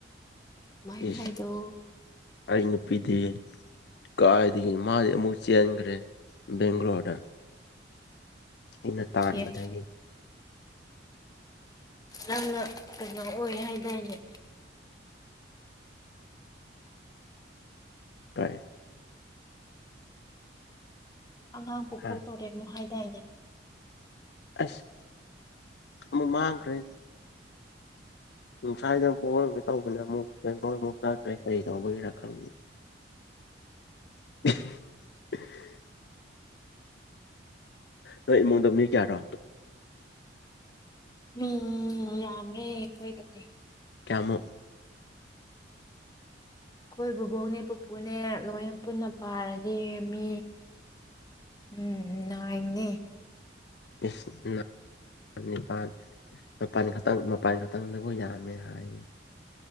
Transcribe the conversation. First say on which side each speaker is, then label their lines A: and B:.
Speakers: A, on the left (about 20°); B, on the left (about 60°).
A: ꯁꯨꯃꯥꯏꯅ
B: ꯏꯁ
A: ꯍꯥꯏꯗꯣ
B: ꯑꯩ ꯅꯨꯄꯤꯗꯤ ꯀꯥꯏꯗꯒꯤ ꯃꯥꯨꯛ ꯆꯦꯟꯦꯟꯈ꯭ꯔꯦ ꯕꯦꯡꯒ꯭ꯂꯣꯔꯗ ꯑꯩꯅ ꯇꯥꯟꯕꯗꯒꯤ
A: ꯑꯦ ꯅꯪꯅ ꯀꯩꯅꯣ ꯑꯣꯏ ꯍꯥꯏꯗꯥꯏꯅꯦ
B: ꯇ
A: ꯑꯉꯥꯡ ꯄꯣꯛꯊꯣꯛꯇꯣꯔꯦ
B: ꯍꯥ
A: ꯃꯨ ꯍꯥꯏꯗꯥꯏꯅꯦ
B: ꯑꯁ ꯑꯃꯨꯛ ꯃꯥꯡꯈ꯭ꯔꯦ ꯁ꯭ꯋꯥꯏꯗ ꯕꯣꯜ ꯑꯣꯏꯅ ꯇꯧꯕꯅ ꯑꯃꯨꯛ ꯕꯦꯡꯒ꯭ꯂꯣꯔ ꯑꯃꯨꯛ ꯆꯠꯈ꯭ꯔꯦ ꯀꯔꯤ ꯇꯧꯕꯒꯤꯦꯔꯥ ꯈꯪ <unintelligible> ꯅꯣꯏ ꯏꯃꯨꯡꯗ ꯃꯤ ꯀꯌꯥꯔꯣ
A: ꯃꯤ ꯌꯥꯝꯃꯦ ꯑꯩꯈꯣꯏꯗꯗꯤ
B: ꯀꯌꯥꯃꯨꯛ
A: ꯑꯩꯈꯣꯏ ꯕꯣꯕꯣꯛꯅꯦ ꯄꯨꯄꯨꯅꯦ ꯂꯣꯏꯅ ꯄꯨꯟꯅ ꯄꯥꯔꯗꯤꯃꯤ ꯎꯝ ꯅꯥꯏꯟꯅꯤ
B: ꯏꯁ ꯅꯥ ꯅꯤꯄꯥꯥꯟ ꯃꯄꯥꯟ ꯈꯛꯇꯪ ꯃꯄꯥꯟ ꯈꯛꯇꯪꯗꯕꯨ ꯌꯥꯝꯃꯦ ꯍꯥꯏ